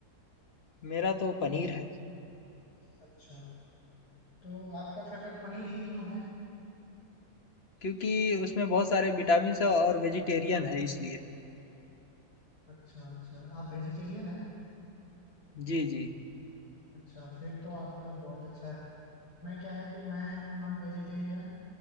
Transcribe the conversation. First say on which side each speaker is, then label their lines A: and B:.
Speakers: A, on the left (about 40°); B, on the left (about 85°).
A: मेरा तो पनीर है
B: अच्छा तो आपका फेवरेट पनीर ही क्यों है
A: क्योंकि उसमें बहुत सारे विटामिन है और वेजिटेरियन है इसलिए
B: अच्छा अच्छा आप वेजिटेरियन हैं
A: जी जी
B: अच्छा फिर तो आपका बहुत अच्छा है मैं क्या है कि मैं हूँ नॉन वेजिटेरियन